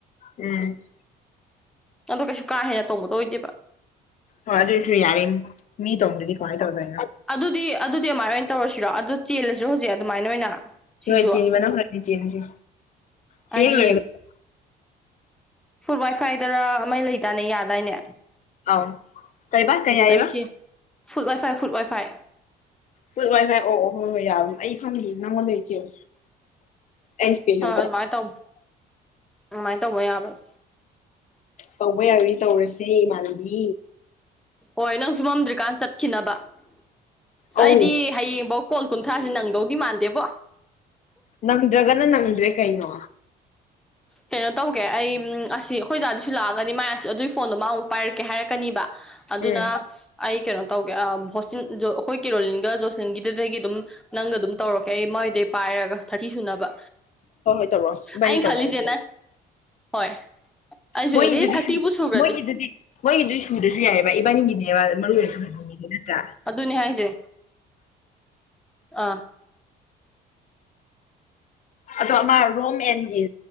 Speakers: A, on the left (about 45°); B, in the centre.
A: ꯎꯝ
B: ꯑꯣ ꯀꯩꯁꯨ ꯀꯥ ꯍꯦꯟꯅ ꯇꯧꯕꯒꯗꯣ ꯑꯣꯏꯗꯦꯕ
A: ꯍꯣꯏ ꯑꯗꯨꯁꯨ ꯌꯥꯔꯦ ꯃꯤ ꯇꯣꯡꯗꯤ ꯀꯋꯥꯦ ꯇꯧꯔꯕ
B: ꯑꯗꯨꯗꯤ ꯑꯗꯨꯗꯤ ꯑꯗꯨꯃꯥꯏꯅ ꯑꯣꯏꯅ ꯇꯧꯔꯁꯤꯔꯣ ꯑꯗꯨ ꯆꯦꯜꯂꯁꯤꯔ ꯍꯧꯖꯤꯛ ꯑꯗꯨꯃꯥꯏꯅ ꯑꯣꯏꯅ ꯁꯤꯡꯖꯨ
A: ꯍ ꯍꯣꯏ ꯆꯦꯟ ꯃꯅꯝ ꯍꯥꯏꯅꯤ ꯆꯦꯟꯁꯦ ꯁꯤ
B: ꯍꯥꯏꯗꯤ
A: ꯍꯦꯛ ꯂꯣꯏꯔꯒ
B: ꯐꯨꯜ ꯋꯥꯏ ꯐꯥꯏꯗꯔ ꯃꯩ ꯂꯩꯇꯥꯅꯦ ꯌꯥꯗꯥꯏꯅꯦ
A: ꯑꯧ ꯀꯩꯕꯥ ꯀꯩ
B: ꯑꯗꯨ
A: ꯍꯥꯏꯕ
B: ꯂꯣꯏ ꯆꯤ ꯐꯨꯠ ꯋꯥꯏꯐꯥꯏ ꯐꯨꯠ ꯋꯥꯏꯐꯥꯏ
A: ꯐꯠ ꯋꯥꯏ ꯐꯥꯏ ꯑꯣ ꯑꯣ ꯍꯣꯏ ꯍꯣꯏ ꯌꯥꯕ ꯑꯩ ꯈꯪꯗꯦ ꯅꯪꯉꯣꯟꯗ ꯏꯆꯦꯕ ꯑꯦꯁꯄꯤꯁ
B: ꯍꯣꯏ ꯑꯗꯨꯃꯥꯏꯅ ꯇꯧ ꯑꯗꯨꯃꯥꯏꯅ ꯇꯧꯕ ꯌꯥꯕꯅꯦ
A: ꯇꯧꯕ ꯌꯥꯏꯅꯤ ꯇꯧꯔꯁꯦ ꯏꯃꯥꯟꯅꯕꯤ
B: ꯍꯣꯏ ꯅꯪꯁꯨ ꯃꯝꯗ꯭ꯔꯤꯀꯥꯟ ꯆꯠꯈꯤꯅꯕ ꯑ
A: ꯑꯧ
B: ꯑꯩꯗꯤ ꯍꯌꯦꯡꯐꯧ ꯀꯣꯜ ꯀꯨꯟꯊ꯭ꯔꯥꯥꯁꯦ ꯅꯪꯗꯧꯗꯤ ꯃꯥꯟꯗꯦꯕꯣ
A: ꯅꯪꯗ꯭ꯔꯒꯅ ꯅꯪꯗ꯭ꯔꯦ ꯀꯩꯅꯣ
B: ꯀꯩꯅꯣ ꯇꯧꯒꯦ ꯑꯩ ꯑꯁꯤ ꯑꯩꯈꯣꯏ ꯗꯥꯗꯤꯁꯨ ꯂꯥꯛꯑꯒꯗꯤ ꯃꯥ ꯑꯗꯨꯒꯤ ꯐꯣꯟꯗꯣ ꯃꯥ ꯑꯃꯨꯛ ꯄꯥꯏꯔꯛꯀꯦ ꯍꯥꯏꯔꯛꯀꯅꯤꯕ ꯑꯗꯨꯅ
A: ꯎꯝ
B: ꯑꯩ ꯀꯩꯅꯣ ꯇꯧꯒꯦ ꯚꯣꯁꯤꯟ ꯑꯩꯈꯣꯏ ꯀꯦꯔꯣꯂꯤꯟꯒ ꯖꯣꯁꯟꯒꯤꯗꯨꯗꯒꯤ ꯑꯗꯨꯝ ꯅꯪꯒ ꯑꯗꯨꯝ ꯇꯧꯔꯛꯀꯦ ꯑꯩ ꯃꯣꯏꯗꯩ ꯄꯥꯏꯔꯒ ꯊꯥꯔꯇꯤ ꯁꯨꯅꯕ
A: ꯍꯣꯏ ꯍꯣꯏ ꯇꯧꯔꯛꯑꯣ ꯏꯕꯅꯤ
B: ꯑꯩꯅ
A: ꯇꯧꯅꯔꯁꯦ
B: ꯈꯜꯂꯤꯁꯦ ꯅꯪ ꯍꯣꯏ ꯑꯩꯁꯨ
A: ꯃꯣꯏꯗꯨꯗꯤ
B: ꯑꯦꯠꯂꯤꯁ ꯊꯥꯔꯇꯤꯕꯨ
A: ꯁꯨ
B: ꯁꯨꯈ꯭ꯔꯗꯤ
A: ꯃꯣꯏꯒꯤꯗꯨꯗꯤ ꯃꯣꯏꯒꯤꯗꯨ ꯁꯨꯗ꯭ꯔꯁꯨ ꯌꯥꯏꯕ ꯏꯕꯥꯅꯤꯒꯤꯅꯦꯕ ꯃꯔꯨ ꯑꯣꯏꯅꯁꯨ <unintelligible> ꯅꯠꯇ꯭ꯔꯥ
B: ꯑꯗꯨꯅꯤ ꯍꯥꯏꯁꯦ ꯑꯥ
A: ꯑꯗꯣ ꯑꯃ ꯔꯣꯝ ꯑꯦꯟꯒꯤ